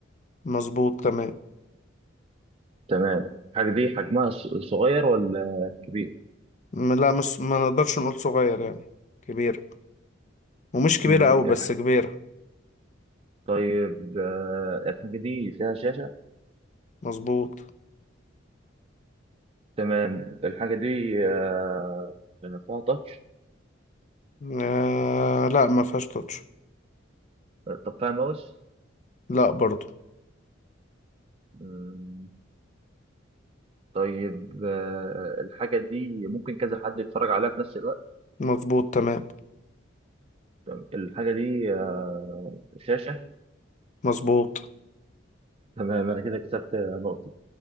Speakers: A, on the left; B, on the right.
A: مظبوط تمام
B: تمام الحاجه دي حجمها ص- صغير ولا كبير
A: م- لا مش ما نقدرش نقول صغير يعني كبيره ومش كبيره
B: مم،
A: قوي بس
B: الح-
A: كبيره
B: طيب آه، الحاجة دي فيها شاشة
A: مظبوط
B: تمام الحاجة دي آه، يعني فيها تاتش
A: آه لا ما فيهاش touch.
B: طب فيها ماوس
A: لا برضو
B: مم، طيب آه، الحاجة دي ممكن كذا حد يتفرج عليها في نفس الوقت
A: مظبوط تمام
B: تمام. الحاجة دي آه، شاشة
A: مظبوط
B: تمام أنا كده كسبت نقطة